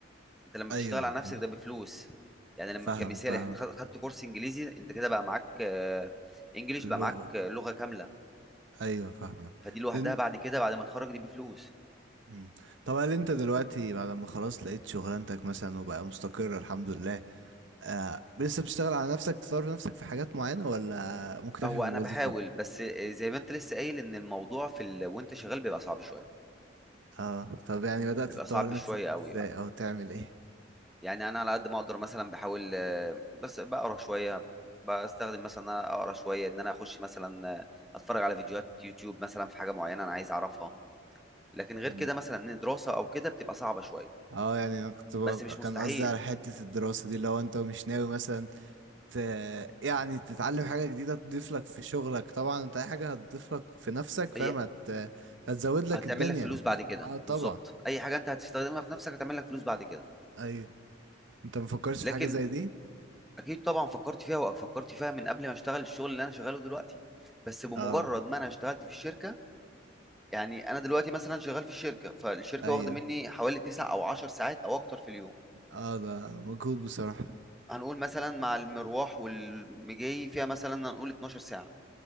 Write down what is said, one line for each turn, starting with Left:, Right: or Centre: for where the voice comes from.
Centre: انت لما
Right: ايوه
Centre: بتشتغل على نفسك
Right: فاهم-
Centre: ده بفلوس يعني لما
Right: فاهمك
Centre: كمثال
Right: فاهمك
Centre: احنا خد- خدت كورس انجليزي انت كده بقى معاك آه، انجليش
Right: اللغة
Centre: بقى معاك آه، لغة كاملة
Right: ايوه فاهمك
Centre: فدي لوحدها
Right: إن-
Centre: بعد كده بعد ما تخرج دي بفلوس
Right: مم. طب هل انت دلوقتي بعد ما خلاص لقيت شغلانتك مثلا وبقى مستقر الحمد لله آه لسه بتشتغل على نفسك تطور في نفسك في حاجات معينة ولا مكتفي
Centre: هو
Right: بالوظيفة؟
Centre: انا بحاول بس آه، زي ما انت لسه قايل ان الموضوع في ال... وانت شغال بيبقى صعب شوية
Right: اه طب يعني بدأت
Centre: بيبقى
Right: تطور
Centre: صعب شوية
Right: نفسك
Centre: قوي
Right: ازاي او تعمل ايه؟
Centre: يعني انا على قد ما اقدر مثلا بحاول آه، بس بقرا شويه بستخدم مثلا ان انا اقرا شويه ان انا اخش مثلا آه، اتفرج على فيديوهات يوتيوب مثلا في حاجه معينه انا عايز اعرفها لكن غير
Right: مم.
Centre: كده مثلا ان دراسه او كده بتبقى صعبه شويه
Right: اه يعني انا كنت ب...
Centre: بس مش
Right: كان
Centre: مستحيل
Right: قصدي على حتة الدراسة دي لو انت مش ناوي مثلا ت... يعني تتعلم حاجة جديدة تضيف لك في شغلك طبعا انت اي حاجة هتضيف لك في نفسك فاهم
Centre: هي
Right: هت... هتزود لك
Centre: هتعمل
Right: الدنيا
Centre: لك فلوس بعد كده
Right: اه طبعا
Centre: بالظبط اي حاجه انت هتستخدمها في نفسك هتعمل لك فلوس بعد كده
Right: ايوه انت مفكرش
Centre: لكن
Right: في حاجة زي دي؟
Centre: اكيد طبعا فكرت فيها وفكرت فيها من قبل ما اشتغل الشغل اللي انا شغاله دلوقتي بس بمجرد
Right: اه
Centre: ما انا اشتغلت في الشركه يعني انا دلوقتي مثلا شغال في الشركه فالشركه
Right: ايوه
Centre: واخده مني حوالي 9 او 10 ساعات او اكتر في اليوم
Right: اه ده مجهود بصراحة
Centre: هنقول مثلا مع المروح والمجي فيها مثلا هنقول 12 ساعه